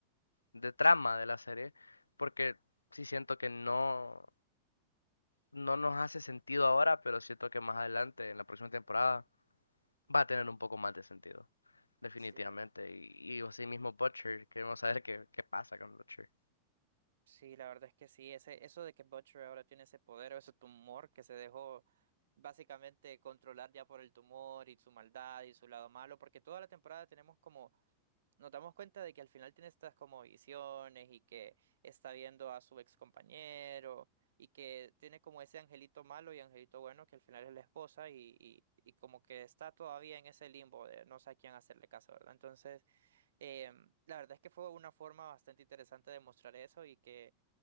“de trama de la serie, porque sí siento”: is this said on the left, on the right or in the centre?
Left